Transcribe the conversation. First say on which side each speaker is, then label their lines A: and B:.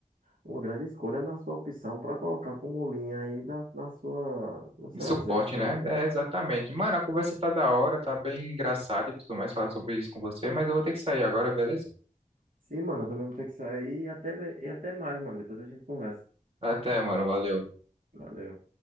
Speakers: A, on the right; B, on the right.
A: uma grande escolha na sua opção para colocar como linha aí da, na sua, no seu
B: De suporte,
A: exército,
B: né?
A: né?
B: É, exatamente. Mano, a conversa tá da hora, tá bem engraçada e tudo mais, falar sobre isso com você, mas eu vou ter que sair agora, beleza?
A: Sim, mano, eu também vou ter que sair e até, e até mais, mano. Depois a gente conversa.
B: Até, mano, valeu.
A: Valeu.